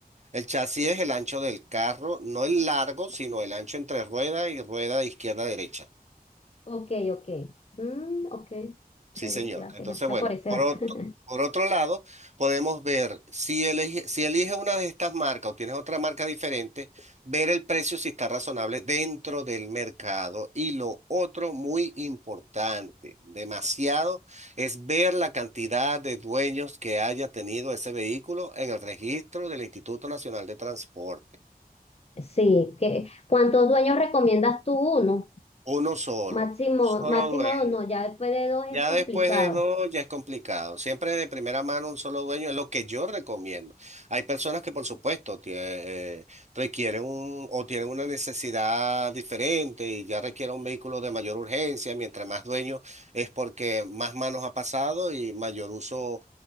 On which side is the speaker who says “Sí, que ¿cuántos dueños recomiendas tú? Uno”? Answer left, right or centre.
Left